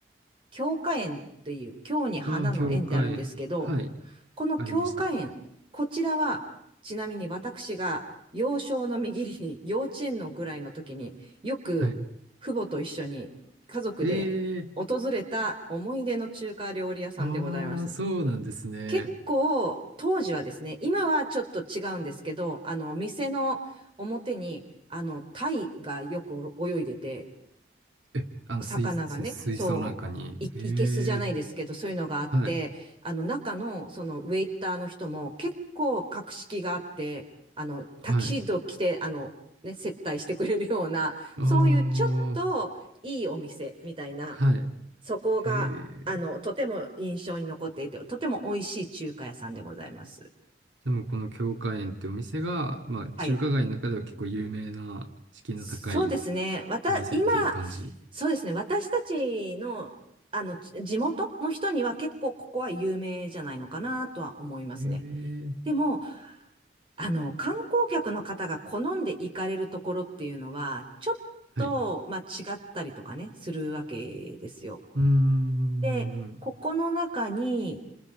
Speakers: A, on the right; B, on the right.
A: 京花園っていう、京に花の園ってあるんですけど、
B: ああ、教科園。はい。
A: この京花園、
B: ありました。
A: こちらは、ちなみに私が幼少の右に、幼稚園のぐらいの時によく父母と一緒に家族で訪れた思い出の中華料理屋さんでございます。
B: はい。ええああ、そうなんですね。
A: 結構、当時はですね、今はちょっと違うんですけど、あの、店の表に、あの、タイがよく泳いでて、
B: え、あの、
A: 魚がね、
B: 水、水水槽の中に。
A: そう、い、
B: へえ、
A: いけすじゃないですけど、そういうのがあって、
B: はい、
A: あの、中の、その、ウェイターの人も結構格式があって、あの、タキシード着て、
B: はい。
A: あの、ね、接待してくれるような、
B: ああ、
A: そういうちょっといいお店みたいな、
B: はい。
A: そこが、
B: へえ。
A: あの、とても印象に残っていて、とても美味しい中華屋さんでございます。
B: でも、この京華園ってお店が、まあ、
A: はい。
B: 中華街の中では結構有名な、敷居の高い
A: そうですね。わた、
B: お店っていう感じ。
A: 今、そうですね。私たちの、あの、ち地元の人には結構ここは有名じゃないのかなとは思いますね。
B: へえ、
A: でも、あの、観光客の方が好んで行かれるところっていうのは、ちょっと、
B: はい。う
A: まあ、違ったりとかね、するわけですよ。
B: ーん、
A: で、ここの中に、